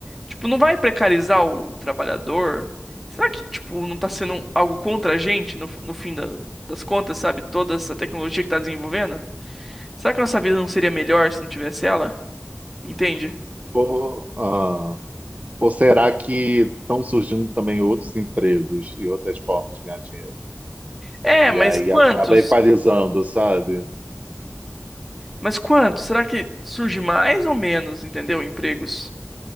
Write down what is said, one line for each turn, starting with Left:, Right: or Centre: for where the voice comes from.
Centre: Tipo, não vai precarizar o, o trabalhador? Será que, tipo, não tá sendo um, algo contra a gente no, no fim da- das contas, sabe? Toda essa tecnologia que tá desenvolvendo? Será que nossa vida não seria melhor se não tivesse ela? Entende?
Right: Ou, ah, ou será que estão surgindo também outros empregos e outras formas de ganhar dinheiro?
Centre: É,
Right: E
Centre: mas
Right: aí
Centre: quantos?
Right: acaba equalizando, sabe?
Centre: Mas quanto? Será que surge mais ou menos, entendeu? Empregos.